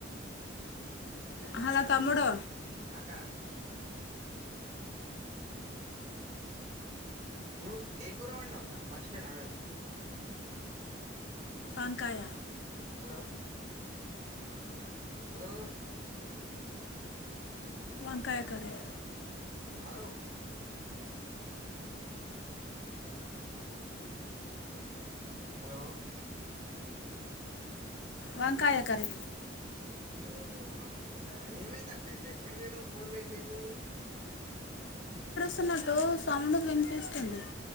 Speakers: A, on the left; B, on the right.
A: హలో తమ్ముడు
B: అక్క మ ఏకురవడిన్నావు ఒక మచిపోన్ అడగడం
A: వంకాయ
B: హలో హలో
A: వంకాయ కర్రీ
B: హలో హలో
A: వంకాయ కర్రీ
B: ఓహో వంట ఏమైంది అక్క ఎక్కడికి పోయినావ్ పోన్ పెట్టేసి
A: వస్తున్నట్టు సౌండ్ వినిపిస్తుంది